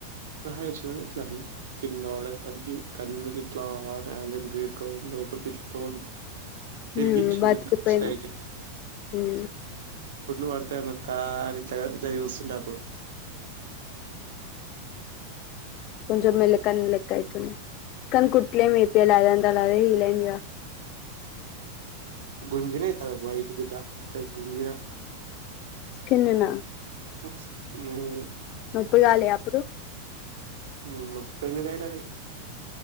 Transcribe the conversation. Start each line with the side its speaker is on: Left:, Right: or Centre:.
Right: రాయచ్చన్నా ఇట్లాడి కిన్నా వా సరి కన్ను తీట్లా హండెల్ గరుకో ఊపీట్ చో తరిగిచ్చింది
Left: హ్మ్. బతికిపోయినవు.
Right: ఇట్లా సైకిల్
Left: హ్మ్.
Right: కొట్లు పడతయిన్నారు కాని ఇట్లా స్ంట అప్పుడు
Left: కొంచ మేలకనిలక్కయితునే కనీ కుట్లే మ మీ పలా అదంతది ఇలందిగా
Right: గుంజనా త వాైట ఇట గుంజనా
Left: కిన్ననా
Right: ఆ
Left: ముప్పుడు కాలి అప్పుడు
Right: హ్మ్. నొప్పి ఎందుకు అయితది